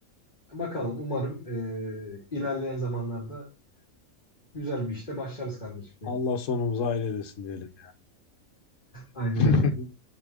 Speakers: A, on the left; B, on the left.
A: bakalım umarım eee, ilerleyen zamanlarda güzel bir işte başlarız kardeşim.
B: Allah sonumuzu hayır eylesin diyelim.
A: Aynen
B: <laughs>
A: öyle.